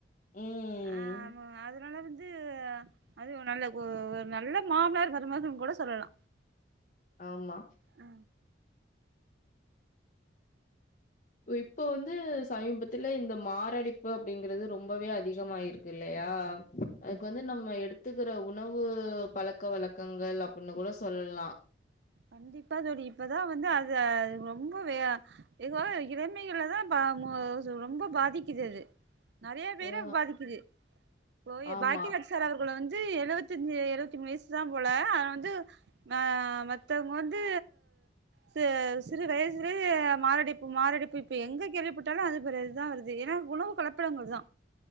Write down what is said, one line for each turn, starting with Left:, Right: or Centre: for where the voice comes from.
Left: ம்
Right: அ ஆமாங் அதனால வந் அது அது ஒரு நல்ல கொ ஒரு நல்ல மாமனார் மருமகன்னு கூட சொல்லலா
Left: ஆமா
Right: ஆ
Left: இப்ப வந்து சமீபத்துல இந்த மாரடைப்பு அப்படிங்கிறது ரொம்பவே அதிகமாயிருக்கு இல்ல யா அதுக்கு வந்து நம்ம எடுத் த்துக்கற உணவு பழக்க வழக்கங்கள் அப்டின்னு கூட சொல்லலா
Right: கண்டிப்பாதோழி இப்பதா வந்து அது ரொம்பவே இதுவா இளமைல தான் பா மோஸ் ரொம்ப பாதிக்குது இது நெறையா பேர
Left: ஆ
Right: பாதிக்குது போயி
Left: ஆமா
Right: பாக்கியராஜ் சார இப்புல வந்து எழுவத்தஞ்சி எழுவத்தி மூனு வயசு தா போல அத வந்து அ மத் த்தவுங்க வந்து ச சிறு வயசுலேயே மாரடைப்பு மாரடைப்பு இப்ப எங்க கேள்வி எப்படி போட்டாலு அது பெற இதா வருது ஏன்னா உணவு கலப்பிடங்கள் தா